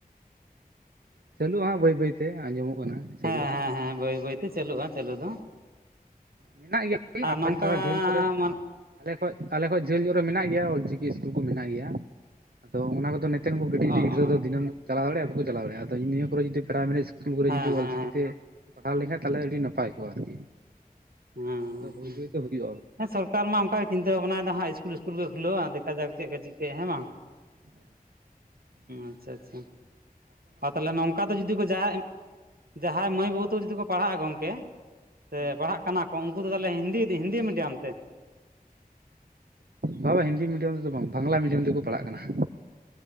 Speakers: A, on the right (about 85°); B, on the right (about 75°).
A: ᱪᱟᱹᱞᱩᱜᱼᱟ ᱦᱟᱸᱜ ᱵᱟᱹᱭ ᱵᱟᱹᱭᱛᱮ ᱟᱸᱡᱚᱢᱚᱜ ᱠᱟᱱᱟ ᱪᱟᱹᱞᱩᱜᱼᱟ
B: ᱦᱮᱸ
A: ᱾
B: ᱦᱮᱸ ᱦᱮᱸ ᱵᱟᱹᱭ ᱵᱟᱹᱭᱛᱮ ᱪᱟᱹᱞᱩᱜᱼᱟ ᱪᱟᱹᱞᱩ ᱫᱚ
A: ᱢᱮᱱᱟᱜ ᱜᱮᱭᱟ
B: ᱟᱨ ᱱᱚᱝᱠᱟ
A: ᱟᱞ ᱡᱷᱟᱹᱞ ᱨᱮ
B: ᱢᱟᱱᱮ
A: ᱟᱞᱮ <inaudible> ᱟᱞᱮ ᱠᱷᱚᱡ ᱡᱷᱟᱹᱞ ᱧᱚᱜ ᱨᱮ ᱢᱮᱱᱟᱜ ᱜᱮᱭᱟ ᱚᱞ ᱪᱤᱠᱤ ᱤᱥᱠᱩᱞ ᱠᱚ ᱢᱮᱱᱟᱜ ᱜᱮᱭᱟ ᱟᱫᱚ ᱚᱱᱟ ᱠᱚᱫᱚ ᱱ ᱠᱟᱴᱤᱪ ᱠᱟᱴᱤᱪ
B: ᱚ
A: ᱜᱤᱫᱽᱨᱟ
B: ᱚ
A: ᱫᱚᱤᱱᱱᱟᱢ ᱪᱟᱣᱟᱲᱭᱟᱜᱼᱟ ᱵᱟᱠᱚ ᱪᱞᱟᱣ ᱫᱟᱲᱼᱟ ᱱᱤᱭᱟᱹ ᱠᱚᱨᱮ ᱡᱩᱫᱤ ᱯᱨᱟᱭᱢᱟᱤ ᱤᱥ ᱤᱥᱠᱩᱞ ᱠᱚᱨᱮ
B: ᱦᱮᱸ
A: ᱡᱩᱫᱤ
B: ᱦᱮᱸ
A: ᱚᱞᱪᱤᱠᱤᱛᱮ
B: ᱦᱮᱸ
A: ᱯᱟᱲᱦᱟᱣ ᱞᱮᱱᱠᱟᱱᱡ ᱛᱟᱦᱚᱞᱮ ᱟᱹᱰᱤ ᱱᱟᱯᱟᱭ ᱠᱚᱜᱼᱟ ᱟᱨᱠᱤ
B: ᱦᱮᱸ
A: ᱟᱫᱚ ᱵᱟᱹᱭ
B: ᱦᱮᱸ
A: ᱵᱟᱹᱭᱛᱮ ᱦᱩᱭᱩᱜᱼᱟ
B: ᱦᱮᱸ ᱥᱚᱨᱠᱟᱨ ᱢᱟ ᱚᱱᱠᱟᱜ ᱜᱮ ᱪᱤᱱᱛᱟᱹ ᱵᱷᱟᱱᱟᱭᱮᱫ ᱦᱟᱸᱜ ᱤᱥᱠᱩᱞ ᱤᱥᱠᱩᱞ ᱜᱮ ᱠᱷᱩᱞᱟᱹᱣᱟ ᱫᱮᱠᱷᱟ ᱡᱟᱠ ᱪᱮᱫ ᱠᱚ ᱪᱤᱠᱟᱹᱭᱼᱟ ᱦᱮᱸ ᱵᱟᱝ?
A: ᱦ <inaudible>
B: ᱟᱪᱪᱷᱟ ᱟᱪᱪᱷᱟ ᱟᱨ ᱛᱟᱦᱚᱞᱮ ᱱᱚᱝᱠᱟ ᱫᱚ ᱡᱩᱫᱤ ᱠᱚ ᱡᱟ ᱡᱟᱦᱟᱸᱭ ᱢᱟᱹᱭ ᱵᱟᱹᱵᱩ ᱛᱮᱠᱚ ᱡᱩᱫᱤ ᱠᱚ ᱯᱟᱲᱦᱟᱜᱼᱟ ᱜᱚᱝᱠᱮ ᱥᱮ
A: ᱵᱟᱝ
B: ᱯᱟᱲᱦᱟᱜ ᱠ ᱠᱟᱱᱟ ᱠᱚ ᱩᱱᱠᱩ ᱫᱚ ᱛᱟᱦᱮ ᱦᱤᱱᱫᱤ ᱢᱤᱰᱤᱭᱟᱢ ᱛᱮ
A: ᱵᱟᱵᱟ ᱦᱤᱱᱫᱤ ᱢᱤᱰᱤᱭᱟᱢ ᱛᱮᱫᱚ ᱵᱟᱝ ᱵᱟᱝᱞᱟ ᱢᱤᱰᱤᱭᱟᱢ ᱛᱮᱠᱚ ᱯᱟᱲᱟᱜ ᱠᱟᱱᱟ ᱾